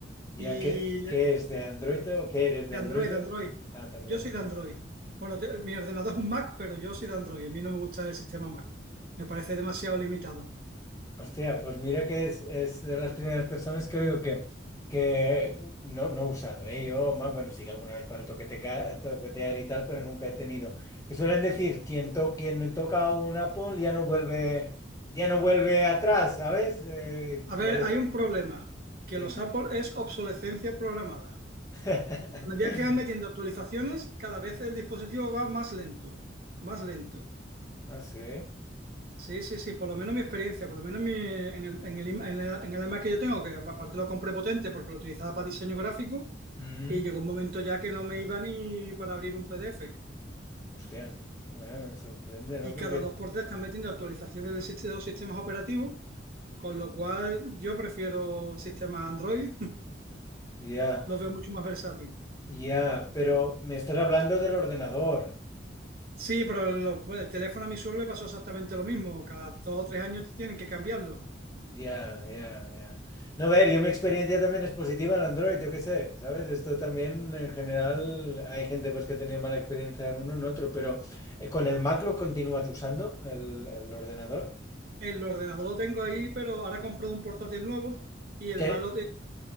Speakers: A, on the left; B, on the right.
A: ya
B: y
A: qué, qué es de Android o qué eres de
B: de
A: Android.
B: Android, de Android.
A: Ah, también.
B: Yo soy de Android. Bueno,
A: Ah.
B: te- mi ordenador es un Mac, pero yo soy de Android. A mí no me gusta el sistema Mac. Me parece demasiado limitado.
A: Hostia, pues mira que es, es de las primeras personas que oigo que, que no, no he usado, ¿eh? Yo, más, bueno, sí que alguna vez para toqueteca- toquetear y tal, pero nunca he tenido. Que suelen decir, quien, to- quien toca un Apple ya no vuelve, ya no vuelve atrás, ¿sabes? Eh,
B: A ver,
A: pare-
B: hay un problema, que
A: Dime.
B: los Apple es obsolescencia programada.
A: <laughs>
B: A medida que van metiendo actualizaciones, cada vez el dispositivo va más lento, más lento.
A: Ah, sí.
B: Sí, sí, sí, por lo menos mi experiencia, por lo menos mi- en el, en el, im- en el- en el iMac que yo tengo, que aparte lo compré potente porque lo utilizaba para diseño gráfico,
A: Mm.
B: y llegó un momento ya que no me iba ni para abrir un PDF.
A: Hostia, bueno, me sorprende, ¿no?
B: Y
A: Porque
B: cada dos por tres están metiendo actualizaciones del sist- de los sistemas operativos, con lo cual yo prefiero sistemas Android,
A: ya,
B: <laughs> los veo mucho más versátiles.
A: ya, pero me estás hablando del ordenador.
B: Sí, pero lo- el teléfono a mi suelo le pasó exactamente lo mismo, cada dos o tres años tienen que cambiarlo.
A: Ya, ya, ya. No, a ver, yo mi experiencia también es positiva en Android, yo qué sé, ¿sabes? Esto también en general hay gente pues que tenía mala experiencia en uno, en otro, pero eh, con el Mac lo continúas usando, el, el ordenador.
B: El ordenador lo tengo ahí, pero ahora he comprado un portátil nuevo. Y el
A: ¿Qué?
B: malo